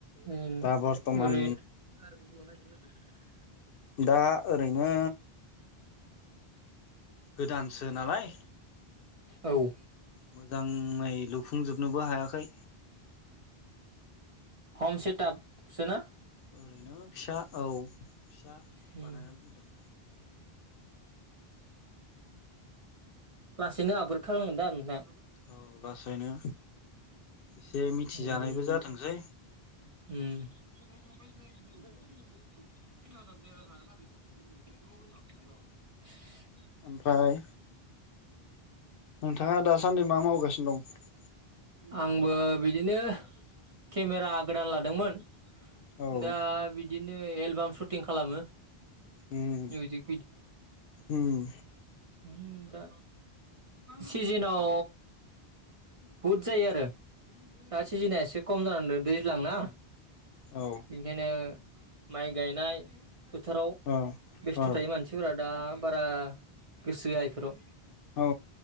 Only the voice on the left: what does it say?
दा बर्थमान
दा ओरैनो गोदानसो नालाय
मोजाङै लुफुंजोबनोबो हायाखै
ओरैनो फिसा औ। फिसा
बानायना दोनदों।
औ लासैनो एसे मिथिजानायबो
जाथोंसै।
ओमफ्राय नोंथाङा दासान्दि मा मावगासिनो दं?
औ
उम
उम
औ
औ
औ